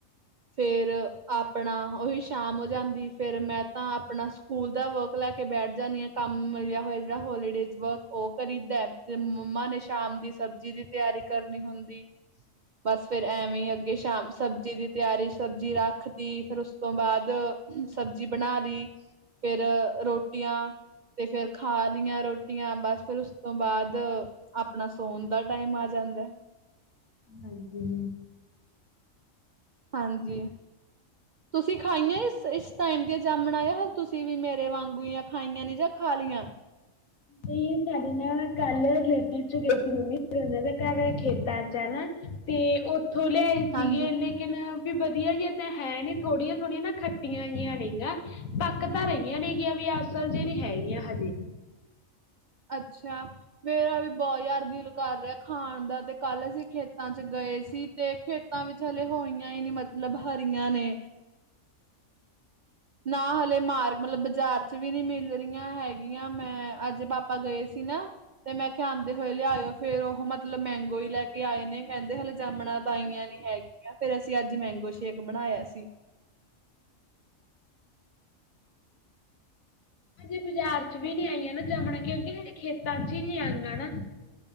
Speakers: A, on the right; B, on the left.
A: ਫੇਰ ਆਪਣਾ ਉਹੀ ਸ਼ਾਮ ਹੋ ਜਾਂਦੀ ਫਿਰ ਮੈਂ ਤਾਂ ਆਪਣਾ ਸਕੂਲ ਦਾਂ ਵਰਕ ਲੈਂ ਕੇ ਬੈਂਠ ਜਾਂਦੀ ਹਾਂ ਕੰਮ ਮਿਲਿਆਂ ਹੋਇਆਂ ਜਿਹੜਾਂ ਹੋਲੀਡੇ 'ਚ। ਵਰਕ ਉਹ ਕਰੀਦਾ ਤੇ ਮੰਮਾ ਨੇ ਸ਼ਾਮ ਦੀ ਸਬਜ਼ੀ ਦੀ ਤਿਆਰੀ ਕਰਨੀ ਹੁੰਦੀ। ਬਸ ਫਿਰ ਐਵੇਂ ਅੱਗੇ ਸ਼ਾਮ ਸਬਜ਼ੀ ਦੀ ਤਿਆਰੀ ਸਬਜ਼ੀ ਰੱਖਤੀ ਫਿਰ ਉਸ ਤੋਂ ਬਾਂਅਦ ਸਬਜ਼ੀ ਬਣਾ ਲੀ। ਫਿਰ ਰੋਟੀਆਂ ਤੇ ਫਿਰ ਖਾਂ ਲਈਆਂ ਰੋਟੀਆਂ ਬਸ ਫਿਰ ਉਸ ਤੋਂ ਬਾਂਅਦ ਆਪਣਾ ਸੌਂਣ ਦਾਂ ਟਾਈਮ ਆਂ ਜਾਂਦਾ ਐ।
B: ਹਾਂਜੀ
A: ਹਾਂਜੀ ਤੁਸੀਂ ਖਾਈਆਂ ਇਸ ਟਾਈਮ ਦੀ ਜਾਮਣ ਆਇਆ ਹ ਤੁਸੀਂ ਵੀ ਮੇਰੇ ਵਾਂਗੂਆਂ ਖਾਈਆਂ ਨੀ ਜਾਂ ਖਾ ਲਈਆਂ।
B: ਨਹੀਂ ਸਾਡੇ ਨਾ ਕੱਲ ਰਿਲੇਟਿਵ ਚ, ਗਏ ਸੀ ਮੰਮੀ ਨਾਂ ਦਾ ਘਰ ਖੇਤਾਂ ਚ ਆ ਨਾ। ਤੇ ਉੱਥੋਂ ਲਿਆਏ ਸੀਗੇ
A: ਹਾਂਜੀ।
B: ਇੰ ਕਿ ਵੀ ਵਧੀਆ ਜ ਤਾਂ ਹੈ ਨੀ ਥੋੜੀਆਂ- ਥੋੜੀਆਂ ਨਾ ਖੱਟੀਆਂ ਜੀਆ ਨੇ ਗੀਆ। ਪੱਕ ਤਾਂ ਰਹੀਆਂ ਨੇ ਹੈਗੀਆਂ ਵੀ ਅਸਲ ਚ ਨੀ ਹੈਗੀਆਂ ਹਜੇ
A: ਅੱਛਾ। ਮੇਰਾ ਵੀ ਬਹੁਤ ਯਾਰ ਦਿੱਲ ਕਰ ਰਿਹਾ ਖਾਣ ਦਾ ਤੇ ਕੱਲ ਅਸੀਂ ਖੇਤਾਂ ਚ ਗਏ ਸੀ ਤੇ ਖੇ ਤਾਂ ਵਿੱਚ ਹਲੇ ਹੋਈਆਂ ਹੀ ਨੀ ਮਤਲਬ ਹਰੀਆਂ ਨੇ ਨਾਂ ਹਲੇ ਮਾਰ ਮਤਲਬ ਬਾਜ਼ਾਰ ਚ ਵੀ ਨਹੀਂ ਮਿਲ ਰਹੀਆਂ ਹੈਗੀਆਂ ਮੈਂ ਅੱਜ ਪਾਪਾ ਗਏਂ ਸੀ ਨਾਂ। ਤੇ ਮੈਂ ਕਿਹਾ ਆਉਂਦੇ ਹੋਏ ਲਿਆਇਓ ਫੇਰ ਉਹ ਮਤਲਬ ਮੈਂਗੋ ਹੀ ਲੈ ਕੇ ਆਏ ਨੇ ਕਹਿੰਦੇ ਹਲੇ ਜਾਮਣਾਂ ਤਾਂ ਆਈਆਂ ਨੀ ਹੈਗੀਆਂ। ਕਿਆ ਓਈ ਅਸੀਂ ਅੱਜ ਮੈਂਗੋ ਸ਼ੇਕ ਬਣਾਇਆ ਸੀ।
B: ਹਜੇ ਬਾਜ਼ਾਰ ਚ ਵੀ ਨਹੀਂ ਆਈਆਂ ਨਾ ਜਮਣਾ ਕਿਉਂਕਿ ਹਜੇ ਖੇਤਾਂ ਚ ਹੀ ਨੀ ਆਂਈਆ ਨਾ।